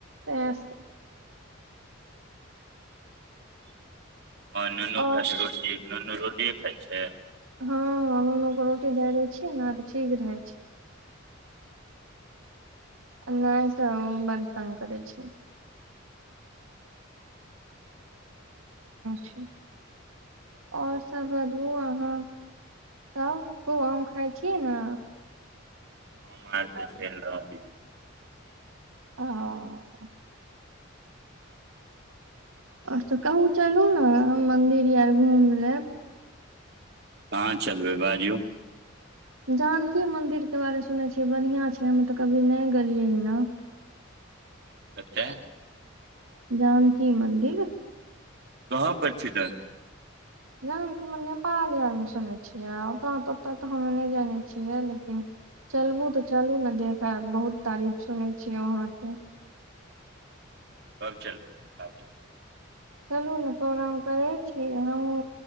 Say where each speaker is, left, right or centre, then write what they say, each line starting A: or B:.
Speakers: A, on the right; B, on the right.
A: तैसँ <unintelligible>
B: हँ नूनू
A: और
B: खाय छै रोटी नूनू रोटीये खाय छै
A: हँ नूनूके रोटी दए दै छियै ने तऽ ठीक रहै छै नहि तऽ बर तंग करै छै छै आओर सभ बतबू अहाँ तब खूब आम खाइ छीय ने
B: मारि पीट भेल रह कि
A: ह आओर सब कहूँ चलू ना हम मन्दिर आर घुमि लेब
B: कहां चलबै बाजू
A: जानकी मन्दिरके बारे सुनै छियै बढ़िआँ छै हम्मे तऽ कभी नहि गेलियै हन ना <unintelligible>
B: सत्ते
A: जानकी मन्दिर
B: कहाँ पर छै
A: जानकी मन्दिर हम नेपाली आर मे सुनै छियै ओत तऽ ओतऽ तऽ हम नहि जानै छियै लेकिन चलबू तऽ चलू ने देखब बहुत तारीफ सुनै छियै वहाँके
B: कब चलबे बताबू
A: चलू ने प्रोग्राम करे छी हमहु